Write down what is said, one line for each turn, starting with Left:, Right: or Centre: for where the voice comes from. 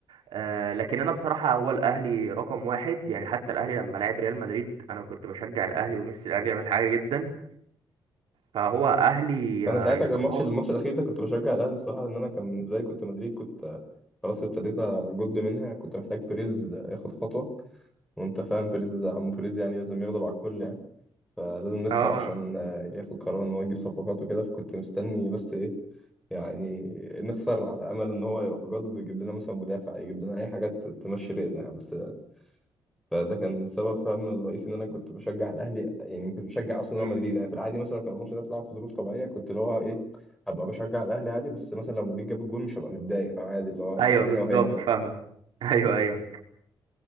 Right: آه لكن أنا بصراحة هو الأهلي رقم واحد يعني حتى الأهلي لما لعب ريال مدريد أنا كنت بشجع الأهلي ونفسي الأهلي يعمل حاجة جدا فهو أهلي
Centre: أنا
Right: آه،
Centre: ساعتها
Right: يتفوق
Centre: الماتش الماتش الأخير ده كنت بشجع الأهلي الصراحة لأن أنا كان بالنسبة لي كنت مدريد كنت خلاص ابتديت أجد منها كنت محتاج بيريز ياخد خطوة وأنت فاهم بيريز عم بيريز يعني لازم يغضب على الكل يعني فلازم نخسر
Right: آه
Centre: عشان آه، ياخد قرار ان هو يجيب صفقات وكده فكنت مستني بس ايه يعني نخسر على امل ان هو يروح جاضد ويجيب لنا مثلا مدافع يجيب لنا اي حاجات تمشي ريقنا يعني بس آه، فده كان سبب فهم الرئيسي ان انا كنت بشجع الاهلي يعني ما كنتش بشجع اصلا ريال
Right: مم.
Centre: مدريد يعني في العادي مثلا كان الماتش ده اتلعب في ظروف طبيعيه كنت اللي هو ايه ابقى بشجع الاهلي عادي بس مثلا لو مدريد جاب الجول مش هبقى متضايق فعادي اللي هو ابقى
Right: أيوه
Centre: هنا
Right: بالظبط
Centre: وهنا
Right: فاهمك <laughs> أيوه أيوه